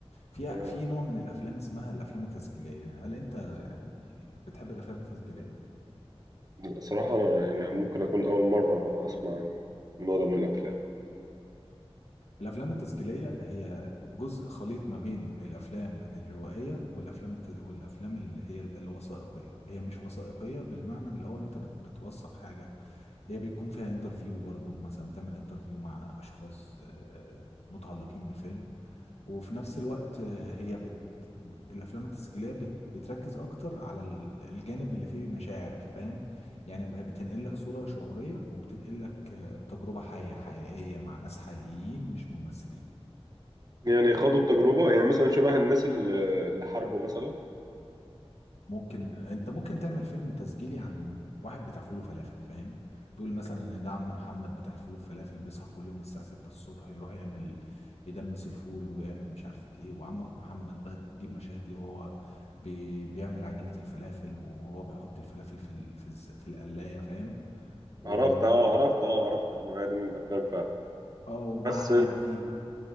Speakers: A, on the left; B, on the right.
A: في
B: أنا-
A: في نوع من الافلام اسمها الافلام التسجيليه هل انت يعني بتحب الافلام التسجيليه
B: صراحه انا يعني ممكن اكون اول مره اسمع النوع ده من الافلام
A: الافلام التسجيليه هي جزء خليط ما بين الافلام الروائيه والافلام الت... والافلام اللي هي ال- الوثائقيه هي مش وثائقيه بالمعنى اللي هو انت بت... بتوثق حاجه هي بيكون فيها انترفيو برضو مثلا بتعمل انترفيو مع اشخاص آه، متعلقين بالفيلم وفي نفس الوقت آه، هي بت... الافلام التسجيليه بت... بتركز اكتر على ال- الجانب اللي فيه مشاعر فاهم يعني ب- بتنقل لك صوره شعوريه وبتنقل لك آه، تجربه حيه حقيقيه مع ناس حقيقيين مش ممثلين
B: يعني خدوا التجربه يعني مثلا شبه الناس اللي اللي حاربوا مثلا
A: ممكن انت ممكن تعمل فيلم تسجيلي عن واحد بتاع فول وفلافل فاهم تقول مثلا ان ده عم محمد بتاع الفول والفلافل بيصحى كل يوم الساعة 6 الصبح يروح يعمل يدمس الفول ويعمل مش عارفة ايه وعمك محمد بقى تجيب مشاهد ليه وهو بي بيعمل عجينة الفلافل وهو بيحط الفلافل في ال... في, الز... في القلاية فاهم و
B: عرفت اه عرفت اه عرفت النوعية دي من الأفلام فعلا
A: اه ومعاها
B: بس
A: في